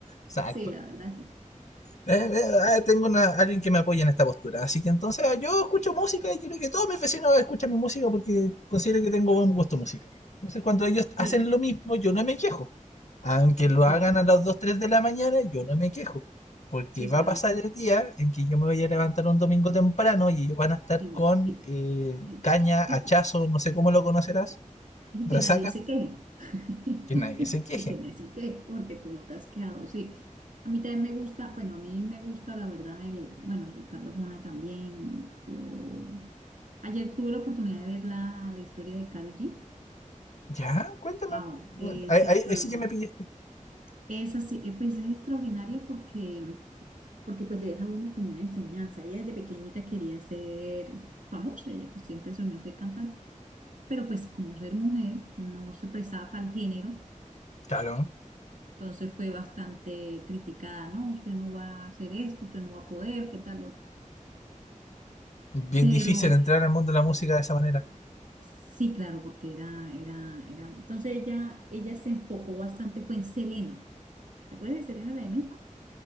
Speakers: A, on the left; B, on the right.
A: Exacto.
B: Sí, la verdad, sí.
A: Eh, eh, eh, tengo una- alguien que me apoya en esta postura. Así que entonces ah, yo escucho música y quiero que todos mis vecinos escuchen mi música porque considero que tengo buen gusto musical. Entonces cuando ellos hacen
B: Sí,
A: lo mismo, yo no me quejo. Aunque lo
B: sí,
A: hagan
B: sí,
A: a las 2 3 de la mañana, yo no me quejo. Porque
B: sí,
A: va
B: claro.
A: a pasar el día en que yo me voy a levantar un domingo temprano y van a estar
B: Igual.
A: con
B: Y,
A: eh,
B: y,
A: caña,
B: y,
A: hachazo, no sé cómo lo conocerás,
B: y
A: resaca,
B: que nadie se queje. <laughs>
A: que nadie se queje.
B: Y que nadie se queje, porque tú no te has quejado, sí. A mí también me gusta, bueno, a mí me gusta, la verdad, el, bueno, Ricardo Arjona también. Yo, ayer tuve la oportunidad de ver la, la historia de Karol G.
A: Ya, cuéntame.
B: Wow, es
A: Ahí,
B: extraordinario.
A: ahí- ahí sí que me pillaste.
B: Es así, eh, pues es extraordinario porque porque pues le deja a uno como una enseñanza. Ella desde pequeñita quería ser famosa, ella pues siempre soñó ser cantante, pero pues como ser mujer no se prestaba para el género,
A: Claro.
B: entonces fue bastante criticada, no, usted no va a hacer esto, usted no va a poder, qué tal lo otro.
A: bien
B: Pero
A: difícil entrar al mundo de la música de esa manera.
B: sí, claro, porque era, era, era. Entonces ella, ella se enfocó bastante, fue en Selena. ¿Te acuerdas de Selena, la de México?